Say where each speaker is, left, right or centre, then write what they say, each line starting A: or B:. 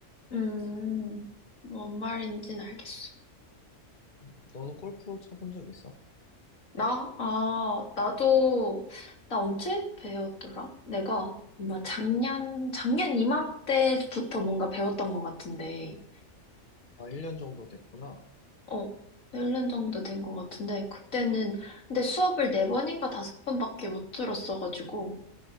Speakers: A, on the left; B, on the left.
A: 음, 뭔 말인지는 알겠어.
B: 음, 너는 골프 쳐본 적 있어?
A: 나, 아, 나도, 나 언제 배웠더라? 내가 아마 작년, 작년 이맘때부터 뭔가 배웠던 것 같은데,
B: 아, 1년 정도 됐구나.
A: 어, 1년 정도 된 것 같은데, 그때는, 근데 수업을 네번인가 다섯 번밖에 못 들었어가지고,